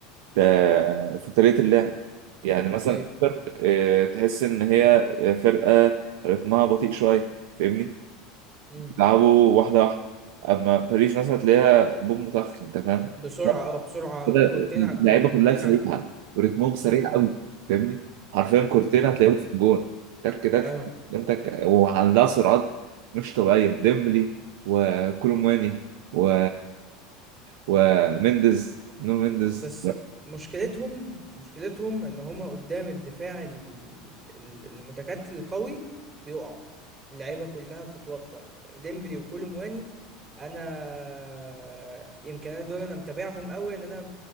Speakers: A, on the right; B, on the right.
A: ف- في طريقه اللعب يعني مثلا
B: ايوه
A: فرق- آه، تحس ان هي فرقه رتمها بطيء شويه فاهمني
B: مم.
A: بيلعبوا واحده واحده اما باريس مثلا هتلاقيها بوم طخ انت فاهم
B: بسرعة اه بسرعة
A: كده
B: كورتين
A: اللعيبه
B: على الجون كورتين
A: كلها سريعه
B: على الجون
A: ورتمهم سريع
B: امم
A: قوي فاهمني حرفيا كورتين هتلاقيهم في الجون تك تك
B: اه
A: انت وعندها سرعات مش طبيعيه ديمبلي وكولوماني و ومندز نونو مندز
B: بس مشكلتهم مشكلتهم ان هما قدام الدفاع ال- ال- المتكتل القوي بيقعوا اللعيبة كلها بتتوتر ديمبلي وكولومواني انا يمكن انا دول انا متابعهم قوي ان انا